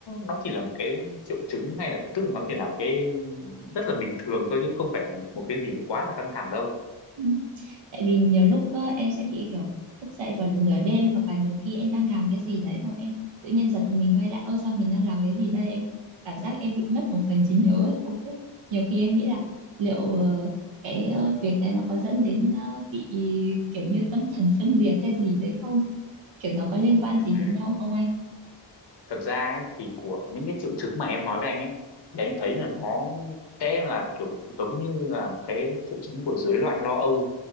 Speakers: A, on the left; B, on the right.
A: nó chỉ là một cái triệu chứng hay là tức là nó chỉ là một cái rất là bình thường thôi chứ không phải là một cái gì quá là căng thẳng đâu
B: ừ. tại vì nhiều lúc ờ, em sẽ bị kiểu thức dậy vào nửa đêm hoặc là nhiều khi em đang làm cái gì đấy rồi em tự nhiên giật mình quay lại ơ sao mình đang làm cái gì đây em cảm giác em bị mất một phần trí nhớ ấy, không biết nhiều khi em nghĩ là liệu ờ, cái ờ, việc này nó có dẫn đến ờ, bị kiểu như tâm thần phân liệt hay gì đấy không kiểu nó có liên quan
A: Ừ.
B: gì đến nhau không anh
A: thật ra ấy, thì của những cái triệu chứng mà em nói với anh ấy thì anh thấy là nó sẽ là kiểu giống như là một cái triệu chứng của rối loạn lo âu